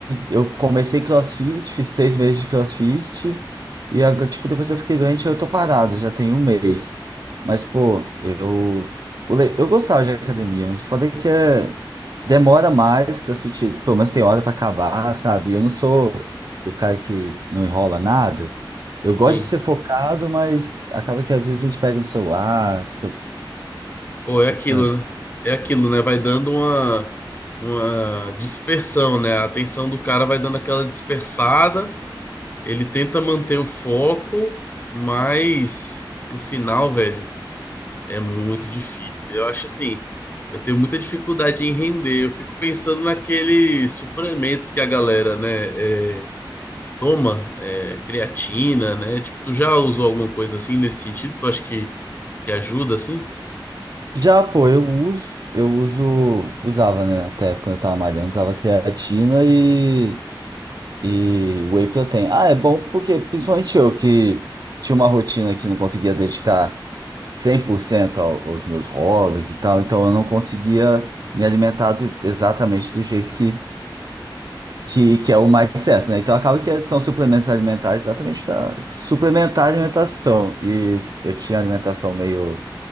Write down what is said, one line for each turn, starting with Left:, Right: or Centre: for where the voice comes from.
Right: eu comecei CrossFit, fiz seis meses de CrossFit e agora, tipo, depois eu fiquei doente, eu tô parado, já tem um mês. Mas, pô, eu, o le- eu gostava de academia, mas o foda é que é, demora mais, CrossFit pelo menos tem hora pra acabar, sabe? Eu não sou o cara que não enrola nada. Eu gosto
Left: sim.
Right: de ser focado, mas acaba que às vezes a gente pega no celular, fica,
Left: Pô, é
Right: fica
Left: aquilo, né? É aquilo, né? Vai dando uma, uma dispersão, né? A atenção do cara vai dando aquela dispersada. Ele tenta manter o foco, mas no final, velho. É muito difícil. Eu acho assim, eu tenho muita dificuldade em render. Eu fico pensando naqueles suplementos que a galera, né, é, toma, é, creatina, né? Tipo, tu já usou alguma coisa assim nesse sentido? Tu acha que, que ajuda assim?
Right: Já, pô, eu uso, eu uso, usava, né, até quando eu tava malhando, usava creatina e, e whey protein. Ah, é bom porque, principalmente eu, que tinha uma rotina que não conseguia dedicar 100% ao- aos meus hobbies e tal, então eu não conseguia me alimentar do- exatamente do jeito que, que, que é o mais certo, né? Então acaba que são suplementos alimentares exatamente para suplementar a alimentação. E eu tinha alimentação meio